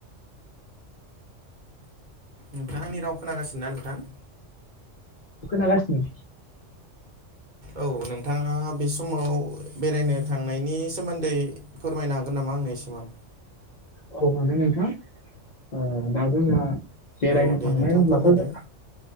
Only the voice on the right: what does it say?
नोंथां आंनि राव खोनागासिनोना नोंथां?
औ नोंथाङा बे समाव बेरायनो थांनायनि सोमोन्दै फोरमायनो हागोन नामा आंनो एसेमान?
औ दे
नोंथां
फोरमायदो